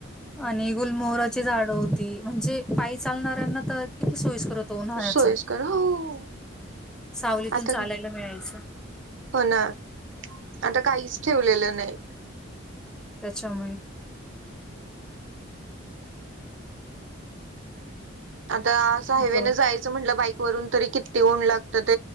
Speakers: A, in the centre; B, on the right (about 70°).
A: आणि गुलमोहराची झाड होती म्हणजे पायच चालणाऱ्यांना तर किती सोयीस् कर होतो उन्हाळ्याच
B: सोयस्कर हो
A: सावलीतून
B: आता
A: चालायला मिळायचं
B: हो ना आता काहीच ठेवलेलं नाही
A: त्याच्यामुळे
B: आता स हवेनं
A: बर
B: जायचं म्हटलं बाईक वून त किती ऊन लागत